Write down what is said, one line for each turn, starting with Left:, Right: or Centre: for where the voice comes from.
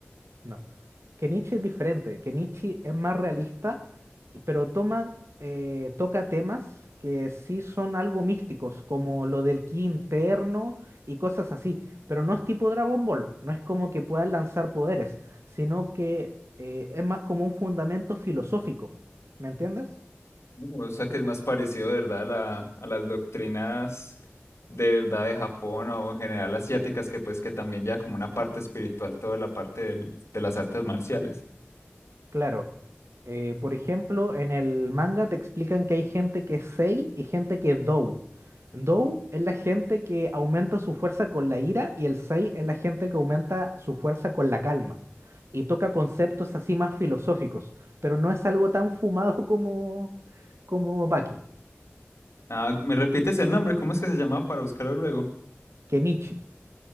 Right: No. Que Nietzsche es diferente, que Nietzsche es más realista, pero toma, eh, toca temas que sí son algo místicos, como lo del ki interno y cosas así. Pero no es tipo Dragon Ball, no es como que puedas lanzar poderes, sino que eh, es más como un fundamento filosófico. ¿Me entiendes?
Left: O sea, que es más parecido, de verdad, a la- a las doctrinas de verdad de Japón o en general asiáticas, que pues, que también ya como una parte espiritual, toda la parte del- de las artes marciales.
Right: Claro. Eh, por ejemplo, en el manga te explican que hay gente que es Sei y gente que es Dou. Dou es la gente que aumenta su fuerza con la ira y el Sei es la gente que aumenta su fuerza con la calma. Y toca conceptos así más filosóficos, pero no es algo tan fumado <laughs> como, como Baki,
Left: Ah, ¿me repites el nombre? ¿Cómo es que se llamaba para buscarlo luego?
Right: que Nietzsche.